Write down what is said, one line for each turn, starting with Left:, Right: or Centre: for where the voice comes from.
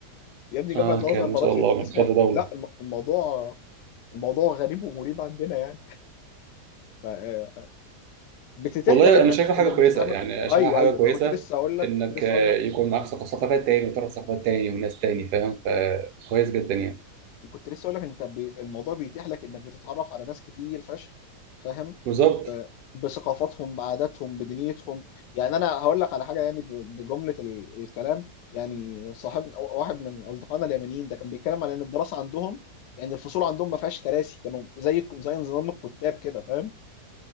Left: يا ابني جامعه
Right: اه
Left: الازهر
Right: كان
Left: معرفش
Right: ما شاء الله
Left: انت تسمع
Right: من كذا دوله
Left: لا الم- الموضوع الموضوع غريب ومريب عندنا يعني ف آه، بتتيح
Right: والله
Left: لك انك
Right: انا شايفها حاجه
Left: انك
Right: كويسه
Left: بتتعامل
Right: يعني شايفها
Left: ايوه
Right: حاجه
Left: ايوه
Right: كويسه
Left: ما انا كنت لسه اقول لك
Right: انك
Left: كنت لسه
Right: آه،
Left: اقول لك
Right: يكون معاك
Left: مم.
Right: ثق- ثقافات تاني وتعرف ثقافات تاني وناس تاني فاهم فكويس جدا يعني
Left: كنت لسه اقول لك انت بي... الموضوع بيتيح لك انك بتتعرف على ناس كتير فشخ فاهم
Right: بالظبط
Left: وبثقافاتهم بعاداتهم بدنيتهم يعني انا هقول لك على حاجه يعني ب... بجمله ال... الكلام يعني صاحب واحد من اصدقائنا اليمنيين ده كان بيتكلم على ان الدراسه عندهم يعني الفصول عندهم ما فيهاش كراسي كانوا زي زي نظام الكتاب كده فاهم